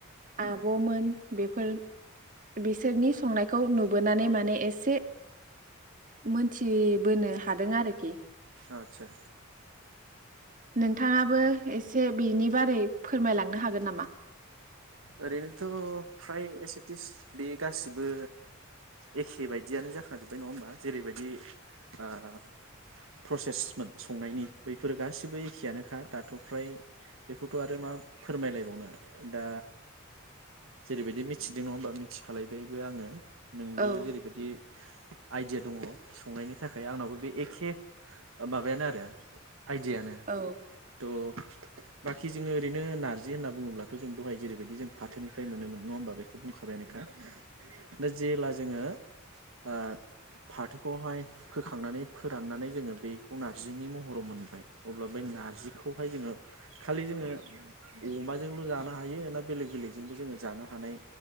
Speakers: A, on the right; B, on the right.
A: आब मोन बेफोर बिसोरनि संनाय खौ नु बोनानै माने एसे मोनथिबोनो हादों आरोखि।
B: आच्छा।
A: नोंथाङाबो एसे बिनि बारै फोरमायलांनो हागोन नामा?
B: ओरैनोथ फ्राय एसेटिस बे गासिबो एखे बायदियानो जाखाजोब्बाय नङा होमबा जेरैबायदि ओ प्रसेसमोन संनायनि बैफोर गासिबो एखेयानोखा दाथ फ्राय बेखौथ आरो मा फोरमायलायबावनो। दा जेरैबायदि मिथिदों नङा होमबा मिथिखलायबायबो आङो। नोंबो
A: औ
B: जेरैबायदि आइडिया दङ संनायनि थाखाय आंनावो बे एखे <unintelligible> माबायानो आरो <inaudible> आइडिया नो
A: औ
B: त बाखि जोङो ओरैनो नारजि होनना बुङोब्ला जों दहाय जेरैबायदि जों फाथोनिफ्राय मोनोमोन नङा होमबा बेखौ बुंखाबायानोखा। दा जेला जोङो ओ फाथोखौहाय फोखांनानै फोराननानै जोङो बेखौ नार्जिनि महराव मोनबाय अब्ला बै नार्जि खौहाय जोङो खालि जोङो अमाजोंल जा हायो ना बेलेग बेलेगजोंबो जोङो जानो हानाय